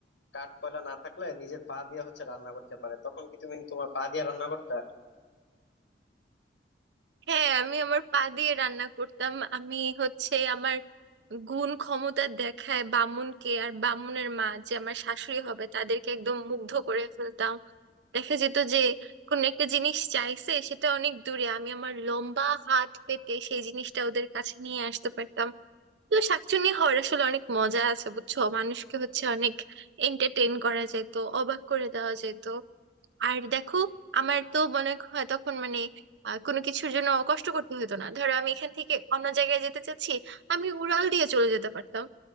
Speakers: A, on the left; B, on the right.
A: কাঠ কয়লা না থাকলে নিজের পা দিয়ে হচ্ছে রান্না করতে পারে তখন কি তুমি তোমার পা দিয়ে রান্না করতে
B: হ্যাঁ আমি আমার পা দিয়ে রান্না করতাম আমি হচ্ছে আমার গুণ ক্ষমতা দেখায় বামুনকে আর বামুনের মা যে আমার শাশুড়ি হবে তাদেরকে একদম মুগ্ধ করে ফেলতাম দেখা যেত যে কোন একটা জিনিস চাইছে সেটা অনেক দূরে আমি আমার লম্বা হাত পেতে সেই জিনিসটা ওদের কাছে নিয়ে আসতে পারতাম তো শাকচুনি হওয়ার আসলে অনেক মজা আছে বুঝছো মানুষকে হচ্ছে অনেক এন্টারটেইন করা যেত অবাক করে দেওয়া যেত আর দেখো আমার তো মনে হয় তখন মানে আহ, কোনো কিছুর জন্য কষ্ট করতে হতো না ধরো আমি এখান থেকে অন্য জায়গায় যেতে চাচ্ছি আমি উড়াল দিয়ে চলে যেতে পারতাম